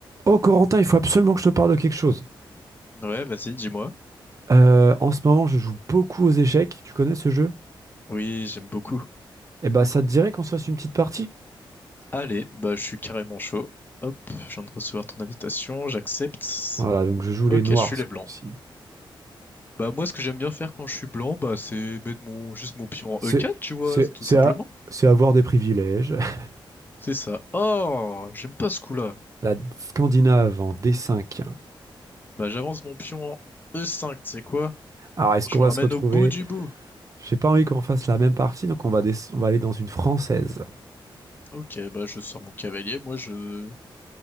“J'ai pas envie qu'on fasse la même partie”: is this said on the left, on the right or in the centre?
Right